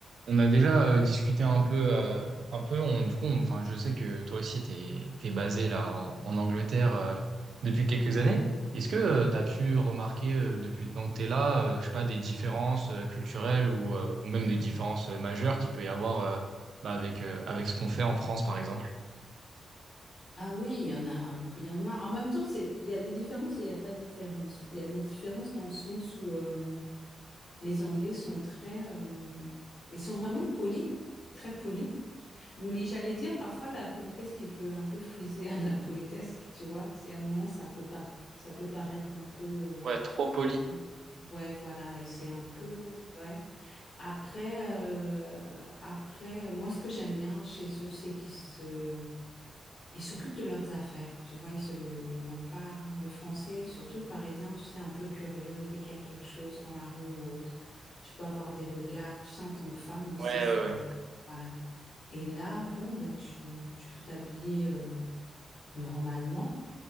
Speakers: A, on the right; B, on the left.
A: On a déjà euh, discuté un peu, euh, un peu. On, du coup, on- enfin, je sais que toi aussi, t'es, t'es basé là en, en Angleterre euh, depuis quelques années. Est-ce que tu as pu remarquer euh, depuis le temps que t'es là, euh, je sais pas, des différences euh, culturelles ou, euh, ou même des différences euh, majeures qu'il peut y avoir euh, bah, avec euh, avec ce qu'on fait en France, par exemple?
B: Ah oui, il y en a, il y en a. En même temps, c'est, il y a des différences et il n'y a pas de différence. Il y a des différences dans le sens où euh, les Anglais sont très, euh, ils sont vraiment polis, très polis. Mais j'allais dire parfois la politesse qui peut un peu friser à l'impolitesse, tu vois. C'est à un moment ça peut pas, ça peut paraître un peu,
A: Ouais, trop poli.
B: euh, ouais, voilà, et c'est un peu, ouais. Après, euh, après, moi ce que j'aime bien chez eux, c'est qu'ils se ils s'occupent de leurs affaires, tu vois, ils se, ils vont pas, le français, surtout le parisien, tu sais, un peu curieux, dès qu'il y a quelque chose dans la rue ou autre, tu peux avoir des regards, tu sais, en tant que femme aussi,
A: Ouais,
B: ça,
A: ouais, ouais.
B: voilà. Et là, bon, bah, tu, tu peux t'habiller euh, normalement